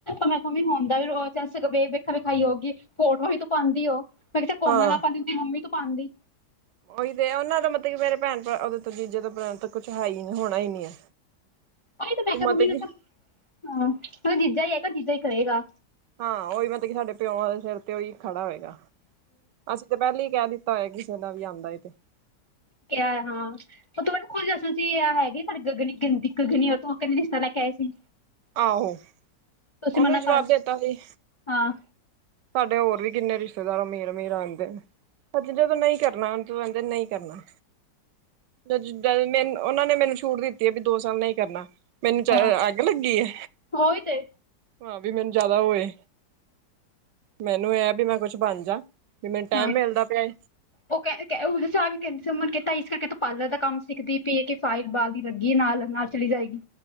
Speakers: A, on the left (about 40°); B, on the right (about 80°).
A: ਮੈਂ ਕਿਹਾ ਵੀ ਹੁੰਦਾ'ਚੇ ਵੇਖਾ-ਵਿਖਾਈ ਹੋਗੀ, ਫੋਟੋਆਂ ਵੀ ਤੋ ਪਾਂਦੀ ਓ। ''ਮੈਂ ਕਿਹਾ ਚਲ ਕੋਮਲ
B: ਹਾਂ।
A: ਆਪਾਂ ਦੀ, ਉਹਦੀ ਮੰਮੀ ਤੋ ਪਾਂਦੀ।
B: ਉਹੀ ਤੇ, ਉਹਨਾਂ ਦਾ ਮਤਲਬ ਮੇਰੇ ਭੈਣ- ਭਰਾ ਉਹ ਤੋਂ ਜੀਜੇ ਤਾਂ ਕੁਛ ਹੈ ਹੀ ਨਹੀਂ ਹੋਣਾ, ਹੀ ਨੀ ਹੈ
A: ਉਹੀ ਮੈਂ
B: ਤ
A: ਕਿਹਾ
B: ਮਾ
A: ਮੰਮੀ
B: ਤੇ ਕੀ
A: ਨੇ ਕਿਹਾ ਹਾਂ, ਹੁਣ ਜੀਜਾ ਹੀ ਆਏਗਾ, ਜੀਜਾ ਹੀ ਕਰੇਗਾ।
B: ਹਾਂ ਉਹੀ ਮਤਲਬ ਕਿ ਸਾਡੇ ਪਿਓ ਦੇ ਸਿਰ ਤੇ ਉਹੀ ਖੜਾ ਹੋਏਗਾ, ਅਸੀਂ ਤੇ ਪਹਿਲਾਂ ਹੀ ਕਹਿ ਦਿੱਤਾ ਭਾਵੇਂ ਕਿਸੇ ਨਾਲ ਵੀ ਆਉਂਦਾ ਏ ਤੇ
A: ਕਿਹਾ ਹਾਂ, ਉਹ ਤਾਂ ਮੈਂਨੂੰ ਖੁਦ ਦੱਸਦੀ ਸੀਂ ਹੈਗੀ ਸਾਡੀ ਗਗਨੀ, ਗੰਦੀ ਗਗਨੀ ਤੂੰ ਕਹਿੰਦੀ ਜਿਸ ਰਿਸ਼ਤਾ ਲੈਕੇ ਆਈ ਸੀ।
B: ਆਹੋ,
A: ਤੁਸੀਂ
B: ਉਹਨੂੰ
A: ਮਨਾ
B: ਵੀ ਜਵਾਬ
A: ਕਰ
B: ਦੇ ਤਾ ਸੀ।
A: ਹਾਂ
B: ਸਾਡੇ ਹੋਰ ਵੀ ਕਿੰਨੇ ਰਿਸ਼ਤੇਦਾਰ ਅਮੀਰ -ਅਮੀਰ ਆਉਂਦੇ ਨੇ। ਜਦੋਂ ਨਹੀਂ ਕਰਨਾ, ਉਹ ਤੂੰ ਕਹਿਂਦੇ ਨਹੀਂ ਕਰਨਾ। ਜਦ ਮਨ ਉਹਨਾਂ ਨੇ ਮੈਨੂੰ ਛੂਟ ਦਿੱਤੀ ਹੈ ਵੀ, ਦੋ ਸਾਲ ਨਹੀਂ ਕਰਨਾ। ਮੈਨੂੰ'ਚ
A: ਹਾਂ
B: ਅੱਗ ਲੱਗੀ ਏ,
A: ਉਹੀ ਤੇ
B: ਹਾਂ। ਵੀ ਮੈਨੂੰ ਜਿਆਦਾ ਹੋਏ। ਮੈਨੂੰ ਇਹ ਵੀ ''ਮੈਂ ਕੁਛ ਬਣ ਜਾ। ਵੀ ਮੈਨੂੰ ਟਾਈਮ
A: ਹਾਂ।
B: ਮਿਲਦਾ ਪਿਆ
A: ਉਹ ਕਹਿੰ ਸਾਨ ਵੀ ਕਹਿੰਦੇ ਸੀ ਮੁਨ ਕੇ ਢਾਈ ਘ ਪਾਰਲਰ ਦਾ ਕੰਮ ਸਿੱਖਦੀ ਪਈ ਹੈ ਕਿ, ਫਾਈਲ ਬਾਲ ਦੀ ਲੱਗੀ ਨਾਲ-ਨਾਲ ਚਲੀ ਜਾਏਗੀ।